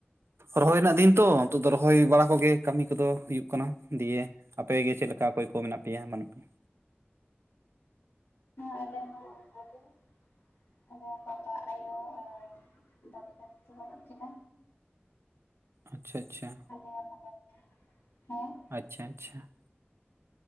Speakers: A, on the right; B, on the left.
A: ᱨᱚᱦᱚᱭ ᱨᱮᱱᱟᱜ ᱫᱤᱱ ᱛᱚ ᱱᱤᱛᱚᱜ ᱫᱚ ᱨᱚᱦᱚᱭ ᱵᱟᱲᱟ ᱠᱚᱜᱮ ᱠᱟᱹᱢᱤ ᱠᱚᱫᱚ ᱦᱩᱭᱩᱜ ᱠᱟᱱᱟ ᱫᱤᱭᱮ ᱟᱯᱮ ᱜᱮ ᱪᱮᱫ ᱞᱮᱠᱟ ᱚᱠᱚᱭ ᱠᱚ ᱢᱮᱱᱟᱜ ᱯᱮᱭᱟᱸ ᱵᱟᱹᱱᱩᱜ ᱯᱮᱭᱟᱸ?
B: ᱟᱞᱮ ᱦᱚᱸ ᱫᱟᱫᱩ ᱟᱞᱮ ᱵᱟᱵᱟ ᱟᱭᱳ ᱟᱨ ᱫᱟᱵᱤ ᱫᱟ ᱵᱟᱹᱱᱩᱜ ᱠᱤᱱᱟ
A: ᱟᱪᱪᱷᱟ ᱟᱪᱪᱷᱟ᱾
B: <unintelligible> ᱦᱮᱸ
A: ᱟᱪᱪᱷᱟ ᱟᱪᱪᱷᱟ